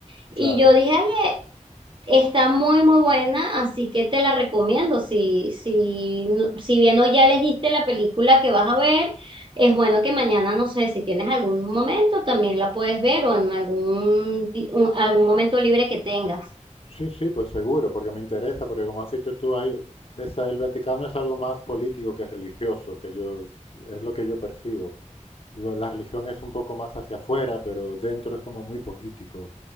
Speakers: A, on the right (about 40°); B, on the left (about 45°).
A: Y
B: claro.
A: yo dije, ay, Está muy, muy buena, así que te la recomiendo. Si, si, no- si bien hoy ya elegiste la película que vas a ver, es bueno que mañana, no sé, si tienes algún momento, también la puedes ver o en algún, di- un- algún momento libre que tengas.
B: Sí, sí, pues seguro, porque me interesa, porque como has dicho tú, hay, esa, el Vaticano es algo más político que religioso, que yo, es lo que yo percibo. Lo- la religión es un poco más hacia afuera, pero dentro es como muy político